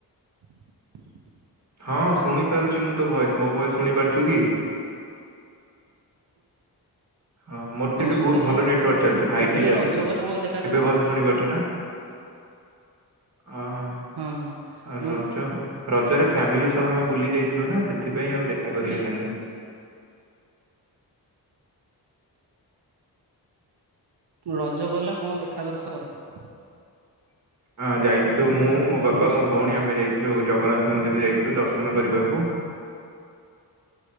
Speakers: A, on the right; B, on the right.
A: <inaudible>
B: ହଁ ଶୁଣି ପାରୁଛି ମୁଁ ତ ଭଏସ୍ ମୋ ଭଏସ୍ ଶୁଣି ପାରୁଛୁ କି? ହଁ ମୋର
A: ହଁ
B: ତ ଏଠି
A: ଶୁଣିପାରିଲି
B: ବହୁତ୍ ଭଲ ନେଟୱାର୍କ ଚାଲିଛି ଫାଇଭ୍
A: ମୁଁ କହିଲି
B: ଜି ଚାଲୁଛି।
A: ରଜ ଗ କଣ ଦେଖା
B: ଏବେ ଭଲସେ ଶୁଣି ପାରୁଛୁ ନା ହଁ ହଁ।
A: ହଁ ହଁ। ମୁଁ
B: ରଜ ରଜରେ ଫ୍ୟାମିଲି ସହ ଆମେ ବୁଲି ଯାଇଥିଲୁ ନା ସେଥିପାଇଁ ଆଉ ଦେଖା କରି
A: କହିଲି
B: ହେଲାନି।
A: ରଜ ଗଲା କଣ ଦେଖା ଦର୍ଶ <unintelligible>
B: ହଁ ଯାଇଥିଲୁ ମୁଁ ମୋ
A: ଆଉ
B: ବାପା
A: ଗୋଟେ ରୋଷେଇ
B: ମୋ ଭଉଣୀ ଆମେ ଯାଇଥିଲୁ। ଯୋଉ ଜଗନ୍ନାଥ ମନ୍ଦିର ଯାଇଥିଲୁ ଦର୍ଶନ କରିବାକୁ।